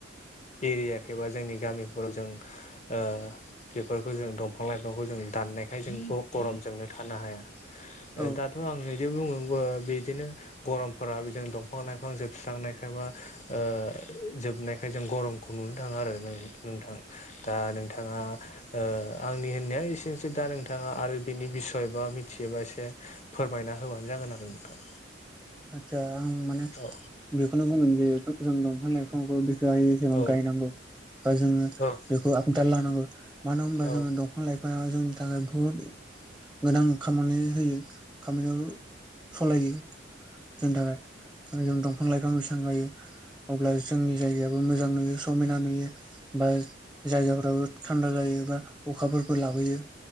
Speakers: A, on the left; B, in the centre.
A: एरियाखो बा जोंनि गामिफोराव जों ओ बेफोरखौ जों दंफां लाइफांखौ जों दाननायखाय जोंथ गरमजोंनो थानो हाया ओ
B: औ
A: दाथ' आं बिदि बुङो बो बिदिनो गरमफोरा बिजों दंफां लाइफां जोस्रांनाय खायबा ओ जोबनायखाय जों गरमखौ नुनो थाङा आरो नोंथां दा नोंथाङा ओ आंनि होननाया एसेनोसै दा नोंथाङा आरो बिनि बिसय बा मिथियोबा एसे फोरमायना हो होबानो जागोन आरो नोंथां
B: आतसा आं माने
A: औ
B: बेखौनो बुंगोन जे जों दंफां लाइफांखौ गोबां गोसो होनानै
A: औ
B: गायनांगौ बा जोङो
A: औ
B: बेखौ आदाल लानांगौ। मानो होनबा
A: औ
B: जोङो दंफां लाइफाङा जोंनि थाखाय बुहुद गोनां खामानि होयो खामानियाव सलायो जोंनि थाखाय जों दंफां लाइफां बेसेबां गायो अब्ला जोंनि जायगायाबो मो जां नुयो समायना नुयो बा जायगाफ्राबो थान्दा जायो बा अखाफोरखो लाबोयो